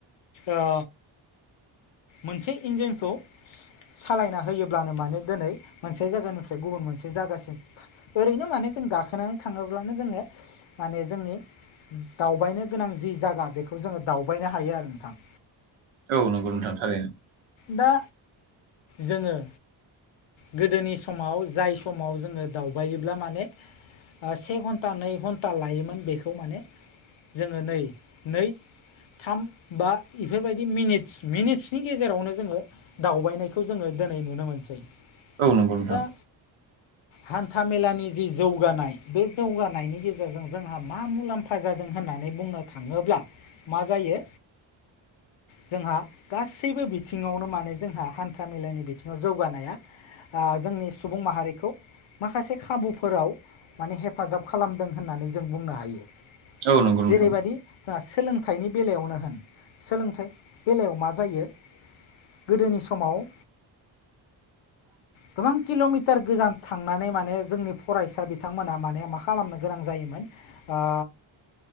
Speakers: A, on the left (about 70°); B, on the right (about 90°).
A: ओ मोनसे इन्जिनखौ सालायना होयोब्लानो माने दोनै मोनसे जायगानिफ्राय गुबुन मोनसे जायगासिम ओरैनो माने जों गाखोनानै थाङोब्लानो जोङो माने जोंनि दावबायनो गोनां जि जायगा बेखौ जोङो दावबायनो हायो आरो नोंथां।
B: औ नंगौ नोंथां थारैनो
A: दा जोङो गोदोनि समाव जाय समाव जोङो दावबायोब्ला माने ओ से घन्टा नै घन्टा लायोमोन बेखौ माने जोङो नै नै थाम बा बेफोरबायदि मिनिट्स मिनिट्सनि गेजेरावनो जोङो दावबायनायखौ जोङो दिनै नुनो मोनसै दा
B: औ नंगौ <inaudible>
A: हान्था मेलानि जि जौगानाय बे जौगानायनि गेजेरजों जोंहा मा मुलाम्फा जादों होनना नानै बुंनो थाङोब्ला मा जायो जोंहा गासैबो बिथिङावनो माने जोंहा हान्था मेलानि बिथिङाव जौगानाया ओ जोंनि सुबुं माहारिखौ माखासे खाबुफोराव माने हेफाजाब खालामदों होननानै जों बुंनो हायो।
B: औ नंगौ
A: जेरैबादि
B: नोंथां
A: जोंहा सोलोंथाइनि बेलायावनो होन सोलोंथाइ बेलायाव मा जायो। गोदोनि समाव
B: <inaudible>
A: गोबां किल'मिटार गोजान थांनानै माने जोंनि फरायसा बिथांमोनहा माने मा खालामनो गोनां जायोमोन आ